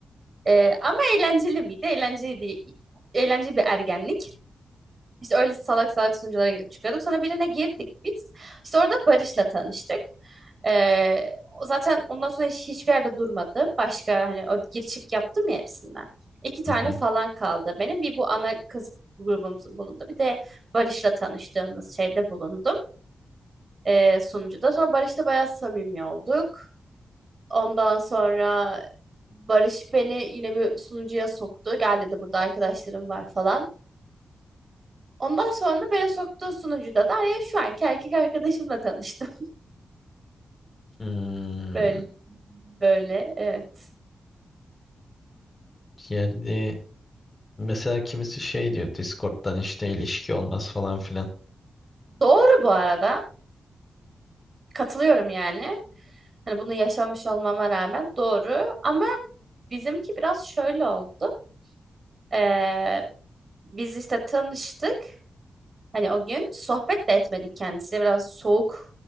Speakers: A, on the right; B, on the left.
A: Ee, ama eğlenceli miydi? Eğlenceliydi. Eğlenceli bir ergenlik. İşte öyle salak salak sunuculara girip çıkıyorduk. Sonra birine girdik biz. İşte orada Barış'la tanıştık. Ee, o zaten ondan sonra hiç- hiçbir yerde durmadı. Başka hani o gir çık yaptım ya hepsinden. İki tane
B: Hı hı.
A: falan kaldı benim. Bir bu ana kız grubumuzun bulundu. Bir de Barış'la tanıştığımız şeyde bulundum. Ee, sunucuda. Sonra Barış'la bayağı samimi olduk. Ondan sonra Barış beni yine bir sunucuya soktu. Gel dedi burada arkadaşlarım var falan. Ondan sonra beni soktuğu sunucuda da ya şu anki erkek arkadaşımla tanıştım.
B: Hmm,
A: <laughs> Böyle, böyle evet.
B: geldi. Mesela kimisi şey diyor Discord'dan işte ilişki olmaz falan filan.
A: Doğru bu arada. Katılıyorum yani. Hani bunu yaşamış olmama rağmen doğru. Ama bizimki biraz şöyle oldu. Ee, biz işte tanıştık. Hani o gün sohbet de etmedik kendisiyle. Biraz soğuk